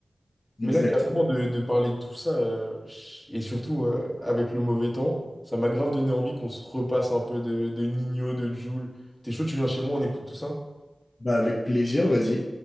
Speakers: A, on the left; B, in the centre.
A: Exactement.
B: Mais là, carrément, de, de parler de tout ça, euh, ch- et surtout euh, avec le mauvais temps, ça m'a grave donné envie qu'on se repasse un peu de, de Ninho, de Jul. T'es chaud, tu viens chez moi, on écoute tout ça?
A: Bah, avec plaisir, vas-y.